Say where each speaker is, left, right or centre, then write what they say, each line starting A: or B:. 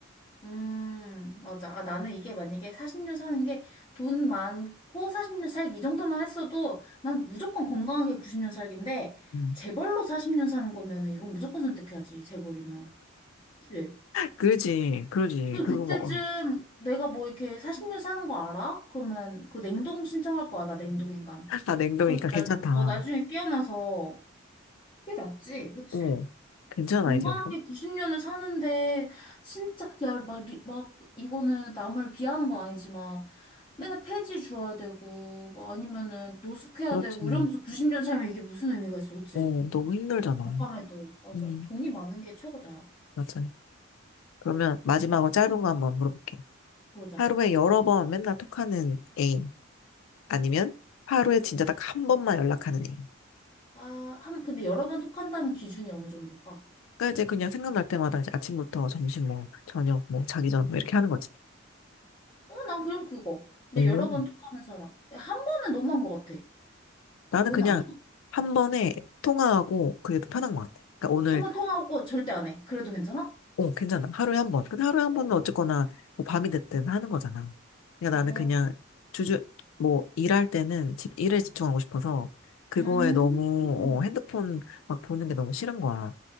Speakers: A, on the left (about 25°); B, on the left (about 70°).
A: 음, 맞아. 아, 나는 이게 만약에 40년 사는 게 돈 많고 40년 살기 이 정도만 했어도 난 무조건 건강하게 90년 살기인데
B: 음.
A: 재벌로 40년 사는 거면 은 이건 무조건 선택해야지, 재벌이면. 그치?
B: 그러지, 그러지.
A: 그,
B: 그리고
A: 그때쯤
B: 뭐, 어.
A: 내가 뭐 이렇게 40년 사는 거 알아? 그러면 그 냉동 신청할 거야, 나 냉동인간.
B: 아, 냉동이니까
A: 그래서
B: 괜찮다.
A: 나, 어, 나중에 깨어나서 그게 낫지, 그치?
B: 어, 괜찮은
A: 건강하게
B: 아이디어는
A: 90년을 사는데 진짜 야 막 막 이거는 남을 비하하는 건 아니지만 맨날 폐지 주어야 되고 뭐 아니면은 노숙해야
B: 그렇지.
A: 되고 이러면서 90년 살면 이게 무슨 의미가 있어 그치?
B: 어, 너무 힘들잖아.
A: 건강해도 맞아
B: 음,
A: 돈이 많은 게 최고다야
B: 맞아. 그러면 마지막으로
A: 어,
B: 짧은 거 한번 물어볼게.
A: 그러자
B: 하루에 여러 번 맨날 톡하는 애인 아니면 하루에 진짜 딱 한 번만 연락하는 애인.
A: 아 한 근데 여러 번 톡한다는 기준이 어느 정도일까?
B: 그러니까 이제 그냥 생각날 때마다 이제 아침부터 점심 뭐 저녁 뭐 자기 전 뭐 이렇게 하는 거지.
A: 어 난 그럼 그거 근데
B: 오.
A: 여러 번 톡하는 사람 한 번은 너무한 것 같아
B: 나는
A: 너는
B: 그냥
A: 아니야?
B: 한 번에 통화하고 그게 더 편한 것 같아. 그러니까 오늘
A: 한 번 통하고 절대 안 해 그래도 괜찮아?
B: 어, 괜찮아. 하루에 한 번. 근데 하루에 한
A: 어,
B: 번은 어쨌거나 뭐 밤이 됐든 하는 거잖아. 그러니까
A: 아,
B: 나는 그냥 주주 뭐 일할 때는 집 일에 집중하고 싶어서 그거에
A: 음.
B: 너무 어, 핸드폰 막 보는 게 너무 싫은 거야.